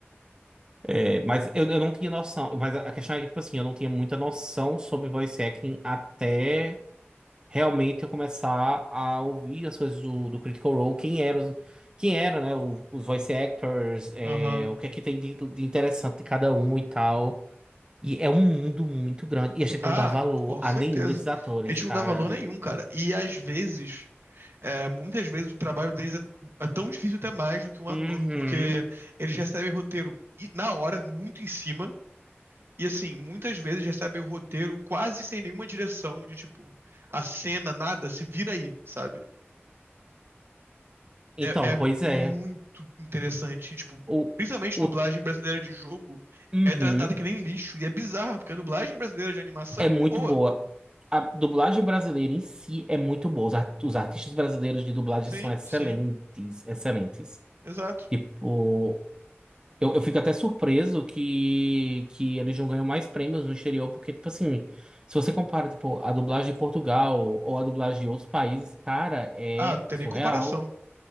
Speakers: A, on the right; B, on the right.
A: é, mas eu, eu não tinha noção. Mas a a questão é que, tipo assim, eu não tinha muita noção sobre voice acting até realmente eu começar a ouvir as coisas do, do Critical Role, quem eram, os- quem era, né, o- os voice actors, é,
B: Aham.
A: o que é que tem de, de interessante de cada um e tal. E é um mundo muito grande. E a gente
B: Ah,
A: não dá valor
B: com
A: a
B: certeza.
A: nenhum desses atores,
B: A gente
A: cara.
B: não dá valor nenhum, cara. E às vezes, é, muitas vezes o trabalho deles é, é tão difícil até mais do que um ator,
A: Uhum.
B: porque eles recebem roteiro e- na hora, muito em cima. E assim, muitas vezes recebem o roteiro quase sem nenhuma direção de tipo, a cena, nada, se vira aí, sabe?
A: Então,
B: É, é
A: pois
B: muito
A: é.
B: interessante, tipo,
A: O,
B: principalmente
A: o,
B: dublagem brasileira de jogo
A: uhum.
B: é tratada que nem lixo. E é bizarro, porque a dublagem brasileira de animação
A: É
B: é muito
A: muito
B: boa.
A: boa. A dublagem brasileira em si é muito boa. Os, ar- os artistas brasileiros de dublagem
B: Sim,
A: são excelentes,
B: sim.
A: excelentes.
B: Exato.
A: Tipo, eu, eu fico até surpreso que, que eles não ganham mais prêmios no exterior, porque, tipo assim, se você compara, tipo, a dublagem de Portugal ou a dublagem de outros países, cara, é
B: Ah, não tem
A: surreal,
B: nem comparação. Não